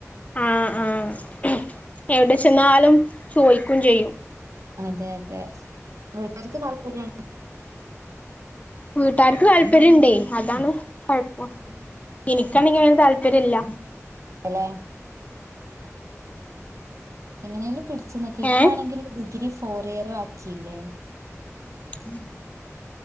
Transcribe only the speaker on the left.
ആഹ് ആഹ് എവിടെ ചെന്നാലും ചോയ്ക്കും ചെയ്യും
വീട്ടാർക്ക് താല്പര്യംണ്ടേ അതാണ് കൊയപ്പം എനിക്കാണെങ്ക അങ്ങനെ താല്പര്യം ഇല്ല
ഏഹ്
<inaudible>